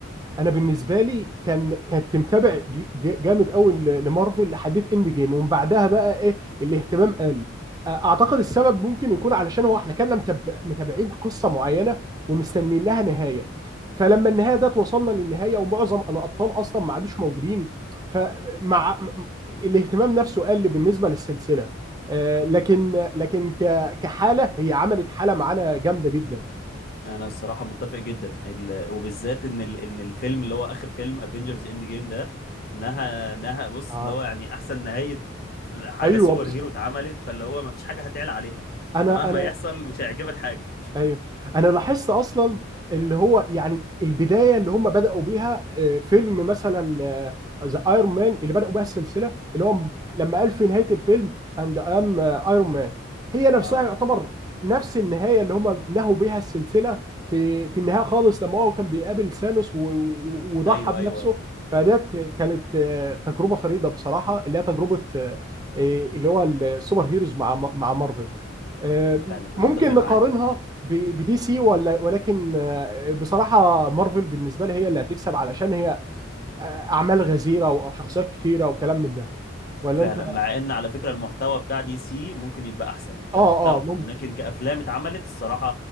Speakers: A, on the right; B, on the left.
A: انا بالنسبه لي كان كنت متابع ج- ج- جامد قوي ل- لمارفل لحديت اند جيم ومن بعدها بقى ايه الاهتمام قل اعتقد السبب ممكن يكون علشان هو احنا كنا متاب- متابعين قصه معينه ومستنيين لها نهايه فلما النهايه ده توصلنا للنهايه ومعظم الابطال اصلا ما عادوش موجودين فمع م- الاهتمام نفسه قل بالنسبه للسلسله آه، لكن لكن ك- كحاله هي عملت حاله معانا جامده جدا
B: انا الصراحه متفق جدا ال... وبالذات ان ال... ان الفيلم اللي هو اخر فيلم افنجرز اند جيم ده نهى نهى بص
A: اه
B: اللي هو يعني احسن نهايه حاجه
A: ايوه
B: سوبر
A: بس
B: هيرو اتعملت فاللي هو ما فيش حاجه هتعلى عليها
A: انا
B: فمهما
A: انا
B: يحصل مش هيعجبك حاجه
A: ايوه انا لاحظت اصلا اللي هو يعني البدايه اللي هم بداوا بيها آه، فيلم مثلا ذا ايرون مان اللي بداوا بيها السلسله اللي هو م- لما قال في نهايه الفيلم اند ام ايرون مان هي نفسها
B: اه
A: يعتبر نفس النهايه اللي هم نهوا بيها السلسله في في النهايه خالص لما هو كان بيقابل ثانوس و- و- وضحى
B: ايوه
A: بنفسه
B: ايوه لا
A: فديت كانت آه، تجربه فريده بصراحه اللي هي تجربه
B: بس
A: آه، آه، اللي هو السوبر هيروز مع مع مارفل آه،
B: فعلا انا
A: ممكن
B: متفق معاك
A: نقارنها ب- بدي سي ولا ولكن آه، بصراحة مارفل بالنسبة لي هي اللي هتكسب علشان هي آه، أعمال غزيرة وشخصيات كتيرة وكلام من ده ولا
B: فعلا
A: أنت
B: مع ان على فكره المحتوى بتاع دي سي ممكن يبقى احسن كمحتوى
A: آه آه ممكن
B: لكن كافلام اتعملت الصراحه